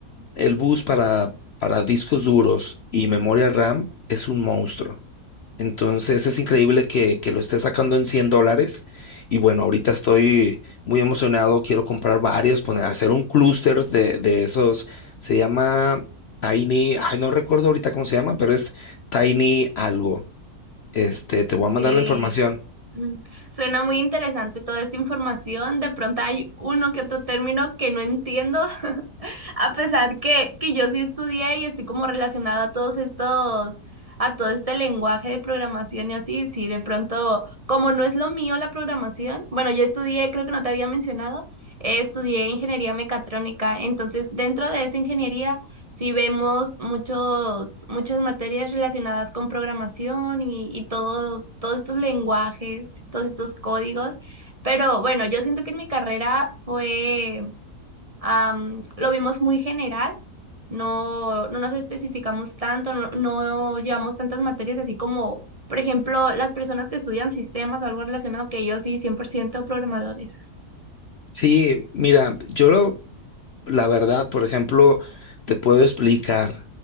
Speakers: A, on the left (about 60°); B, on the right (about 25°).
A: el bus para, para discos duros y memoria RAM es un monstruo. Entonces es increíble que, que lo esté sacando en 100 dólares. Y bueno, ahorita estoy muy emocionado. Quiero comprar varios, poner, hacer un clúster de, de esos. Se llama Tiny, ay, no recuerdo ahorita cómo se llama, pero es Tiny algo. Este, te voy a mandar
B: Eh,
A: la información.
B: mm, Suena muy interesante toda esta información. De pronto hay uno que otro término que no entiendo, A pesar que, que yo sí estudié y estoy como relacionada a todos estos, a todo este lenguaje de programación y así, sí, de pronto, como no es lo mío la programación, bueno, yo estudié, creo que no te había mencionado, eh, estudié ingeniería mecatrónica, entonces dentro de esa ingeniería sí vemos muchos, muchas materias relacionadas con programación y, y todo, todos estos lenguajes, todos estos códigos. Pero bueno, yo siento que en mi carrera fue Am, lo vimos muy general, no, no nos especificamos tanto, no, no llevamos tantas materias así como, por ejemplo, las personas que estudian sistemas o algo relacionado, que yo sí, 100% programadores.
A: Sí, mira, yo lo- la verdad, por ejemplo, te puedo explicar